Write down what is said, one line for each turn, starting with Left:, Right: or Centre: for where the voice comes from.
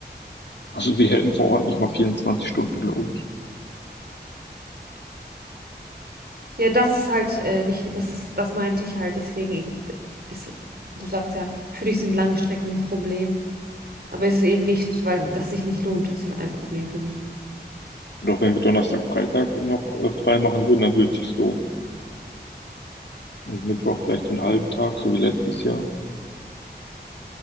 Left: Also wir hätten vor Ort nicht mal 24 Stunden, glaube ich.
Right: Ja, das ist halt äh, nicht, das ist, das meinte ich halt, deswegen Ägypten ist, du sagst ja, für dich sind lange Strecken ein Problem. Aber es ist eben nicht, weil das sich nicht lohnt, ist es ein Problem für mich.
Left: doch wenn wir Donnerstag, Freitag noch äh, frei machen würden, dann würde es sich lohnen. Und Mittwoch vielleicht so einen halben Tag, so wie letztes Jahr.